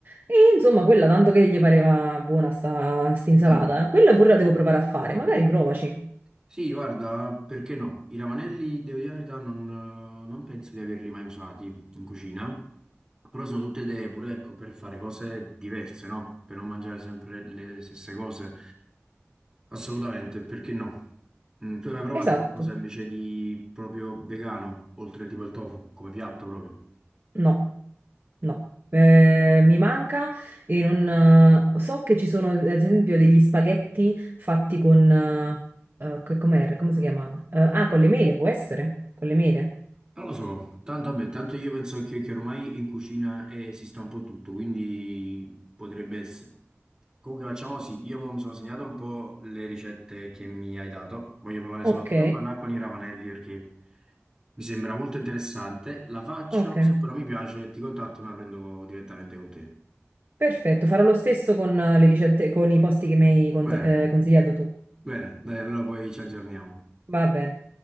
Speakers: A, on the right; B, on the right.
A: E insomma, quella tanto che gli pareva buona sta, sta insalata,
B: Mm.
A: quella pure la devo provare a fare, magari provaci.
B: Sì, guarda, perché no? I ravanelli, devo dire la verità, non, eh, non penso di averli mai usati in cucina. Però sono tutte idee pure, ecco, per fare cose diverse, no? Per non mangiare sempre le stesse cose. Assolutamente, perché no? Mm, tu hai mai provato
A: Esatto.
B: qualcosa invece di proprio vegano, oltre tipo il tofu, come piatto proprio?
A: No. No, Eh, mi manca e non... eh, so che ci sono ad esempio degli spaghetti fatti con... eh, eh, co- com'era? Come si chiama? Eh, ah, con le mele, può essere? Con le mele.
B: Non lo so, tanto, vabbè, tanto io penso che, che ormai in cucina eh, esista un po' tutto, quindi potrebbe essere. Comunque facciamo sì, io mo mi sono segnato un po' le ricette che mi hai dato, voglio provare
A: Ok,
B: soprattutto quella con i ravanelli perché mi sembra molto interessante, la faccio,
A: ok,
B: se poi non mi piace ti contatto e me la prendo direttamente con te.
A: perfetto. Farò lo stesso con eh, le ricette, con i posti che mi hai cont-
B: Bene,
A: eh, consigliato tu.
B: bene, dai, allora poi ci aggiorniamo.
A: Va bene.